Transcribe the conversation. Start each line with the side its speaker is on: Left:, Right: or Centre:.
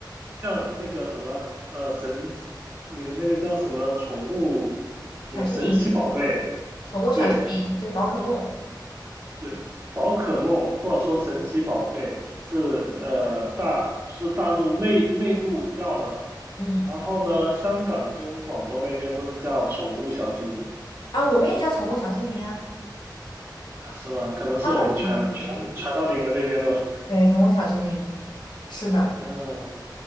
Right: 像那个什么，呃，神奇你们那个叫什么宠物，没有神奇宝贝，
Left: 小精灵、宠物小精灵，
Right: 对，
Left: 就宝可梦，
Right: 对，宝可梦或者说神奇宝贝是呃大就是大陆内内陆叫的吧，
Left: 嗯
Right: 然后嗯呢，香港跟广东那边都是叫宠物小精灵
Left: 啊，我们也叫宠物小精灵啊。
Right: 啊，是吗？可能是我们传传传到你们那边的吧。
Left: 啊，对对对对，宠物小精灵，是的，
Right: 嗯，